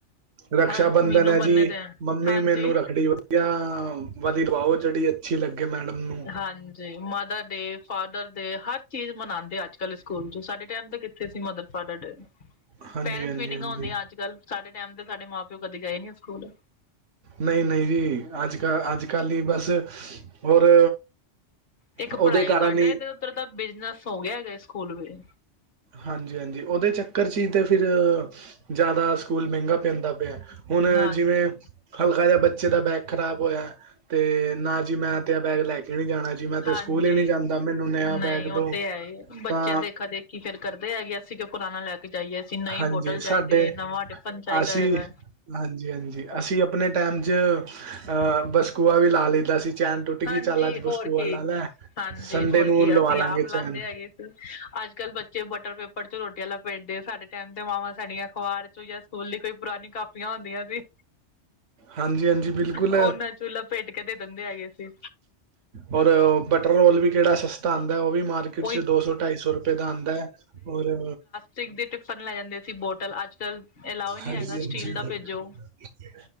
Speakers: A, on the right (about 85°); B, on the left (about 55°).
A: ਰਕਸ਼ਾ
B: ਹਰ
A: ਬੰਦਨ
B: ਮੀਨੂੰ
A: ਐ
B: ਬੰਨੇ
A: ਜੀ,
B: ਦੇ
A: ਮੰਮੀ
B: ਹਾਂਜੀ
A: ਮੇਨੂੰ ਰੱਖੜੀ <unintelligible> ਬੜੀ ਅੱਛੀ ਲੱਗ ਮੈੜਮ ਨੂੰ
B: ਹਾਂਜੀ। ਤੇ ਮਦਰ ਡੇ, ਫਾਦਰ ਡੇ ਹਰ ਚੀਜ ਮਨਾਂਦੇ ਆ ਅੱਜ-ਕੱਲ ਸਕੂਲ ਚ ਸਾਡੇ ਟੈਮ ਤੇ ਕਿੱਥੇ ਸੀ ਮਦਰ ਫਾਦਰ ਡੇ।
A: <inaudible>
B: ਪੈਰੈਂਟਸ
A: ਹਾਂਜੀ
B: ਮੀਟਿੰਗਾਂ
A: ਹਾਂਜੀ
B: ਹੁੰਦੀਆਂ ਅੱਜ- ਕੱਲ, ਸਾਡੇ ਟੈਮ ਤੇ ਸਾਡੇ ਮਾਂ ਪਿਓ ਕਦੀ ਗਏ ਨੀ ਸੂਕੂਲ।
A: ਨਈ, ਨਈ ਜੀ। ਅੱਜ-ਕੱਲ ਅੱਜ-ਕੱਲ ਈ ਬਸ ਹੋਰ।
B: ਇੱਕ
A: ਉਹਦੇ
B: ਪੜ੍ਹਾਈ
A: ਕਾਰਨ
B: ਘੱਟ
A: ਹੀ
B: ਏ, ਤੇ ਉੱਦਰ ਦਾ ਬਿਜਨਸ ਹੋ ਗਿਆ ਜੇ ਸਕੂਲ ਵੀ।
A: ਹਾਂਜੀ, ਹਾਂਜੀ ਓਦੇ ਚੱਕਰ ਚ ਈ ਤੇ ਫਿਰ, ਜਾਦਾ ਸਕੂਲ ਮਹਿੰਗਾ ਪੈਂਦਾ ਪਿਆ। ਹੁਨ
B: ਹਾਂਜੀ
A: ਜਿਵੇਂ ਹਲਕਾ ਜਿਹਾ ਬੱਚੇ ਦਾ ਬੈਗ ਖਰਾਬ ਹੋਏਆ, ਤੇ ਨਾ ਜੀ ਮੈਂ ਤੇ ਆ ਬੈਗ ਲੈ ਕੇ ਨਹੀਂ ਜਾਣਾ ਜੀ। ਮੈਂ ਤੇ
B: ਹਾਂਜੀ,
A: ਸਕੂਲ ਹੀ ਨਹੀਂ ਜਾਂਦਾ ਮੈਨੂੰ ਨਿਆ
B: ਨਈ
A: ਬੈਗ
B: ਓ
A: ਦੋ
B: ਤੇ ਹੈ ਈ ਏ, ਬੱਚੇ
A: ਤਾਂ
B: ਦੇਖਾ ਦੇਖੀ। ਕੀ ਫੇਰ ਕਰਦੇ ਹੈਗੇ ਅਸੀਂ ਕਿਉ ਪੁਰਾਨਾ ਲੈ ਕੇ ਜਾਈਏ। ਤੇ ਨਈ
A: ਹਾਂਜੀ
B: ਬੋਟਲ
A: ਸਾਡੇ
B: ਚਾਈਦੀ ਏ, ਨਵਾਂ ਟਿਫਨ ਚਾਈਦਾ
A: ਅਸੀਂ
B: ਹੈਗਾ ਐ।
A: ਹਾਂਜੀ ਹਾਂਜੀ ਅਸੀਂ ਅਪਨੇ ਟੈਮ ਚ, ਅ, ਬਸਕੂਆ ਵੀ ਲਾ ਲਈਦਾ ਸੀ। ਚੈਨ ਟੁੱਟ
B: ਹਾਂਜੀ
A: ਗੀ ਚੱਲ ਅੱਜ
B: ਹੋਰ
A: ਬਸਕੂਆ
B: ਕੀ
A: ਲਾਲੈ,
B: ਹਾਂਜੀ
A: ਸੰਡੇ
B: ਹੋਰ
A: ਨੂੰ
B: ਕੀ
A: ਲਵਾ
B: ਅਸੀਂ
A: ਲਾਂਗੇ
B: ਆਪ ਲਾਂਦੇ
A: ਚੈਨ।
B: ਹੈਗੇ ਅੱਜ ਕੱਲ ਬੱਚੇ ਬਟਰ ਪੇਪਰ ਚ ਰੋਟੀਆਂ ਲਪੇਟਦੇ, ਸਾਡੇ ਟੈਮ ਤੇ ਮਾਵਾਂ ਸਾਡੀਆਂ ਅਖਬਰ। ਜੋ ਯਸ ਸਕੂਲ ਲਈ ਕੋਈ ਪੁਰਾਨੀ ਕਾਪੀਆਂ ਹੁੰਦੀਆਂ ਸੀ।
A: ਹਾਂਜੀ, ਹਾਂਜੀ ਬਿਲਕੁਲ।
B: ਉਹਨਾਂ ਚੋਂ ਲਪੇਟ ਕੇ ਦੇ ਦਿੰਦੇ ਹੈਗੇ ਸੀ
A: ਓਰ, ਬਟਰ ਰੋਲ ਵੀ ਕਿਹੜਾ ਸਸਤਾ ਆਂਦੈ ਓ ਵੀ ਮ ਮਾਰਕੀਟ
B: ਉਹੀ
A: ਚ ਦੋ, ਸੌ ਢਾਈ ਸੌ ਰੁਪਏ ਦਾ ਆਂਦਾ ਐ ਔਰ
B: ਸਿਕ ਦੇ ਟਿਫਨ ਲੈ ਜਾਂਦੇ ਸੀ, ਬੋਟਲ ਅੱਜ। ਕੱਲ ਅਲਾਓ ਹੀ ਨਹੀਂ
A: ਹਾਂਜੀ,
B: ਹੈਗਾ
A: ਹਾਂਜੀ।
B: ਸਟੀਲ ਦਾ ਭੇਜੋ